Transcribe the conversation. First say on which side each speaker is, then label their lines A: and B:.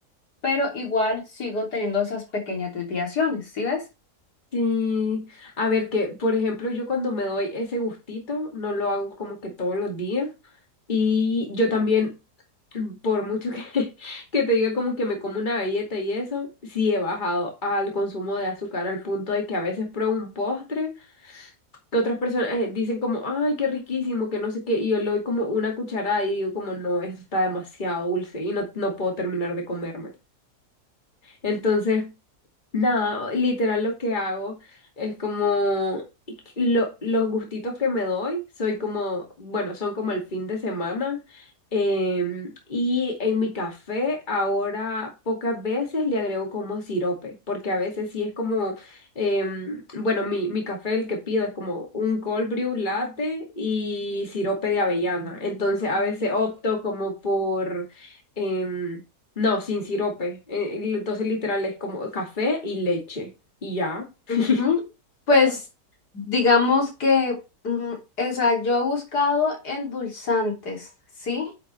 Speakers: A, on the left; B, on the left.
A: pero igual sigo teniendo esas pequeñas desviaciones, ¿sí ves?
B: Sí, a ver que, por ejemplo, yo cuando me doy ese gustito, no lo hago como que todos los días. Y yo también, <laughs> por mucho que, <laughs> que te diga como que me como una galleta y eso, sí he bajado al consumo de azúcar al punto de que a veces pruebo un postre. que otras personas eh, dicen como, ay, qué riquísimo, que no sé qué, y yo le doy como una cucharada y digo como, no, eso está demasiado dulce y no, no puedo terminar de comérmelo. Entonces, Nada, literal lo que hago es como lo- los gustitos que me doy, soy como, bueno, son como el fin de semana. em, y en mi café ahora pocas veces le agrego como sirope, porque a veces sí es como, em, bueno, mi, mi café el que pido es como un cold brew latte y sirope de avellana. Entonces a veces opto como por... em, no, sin sirope. Eh, y Entonces literal es como café y leche. Y ya. <laughs>
A: Ujú. Pues digamos que, mm, o sea, yo he buscado endulzantes, ¿sí?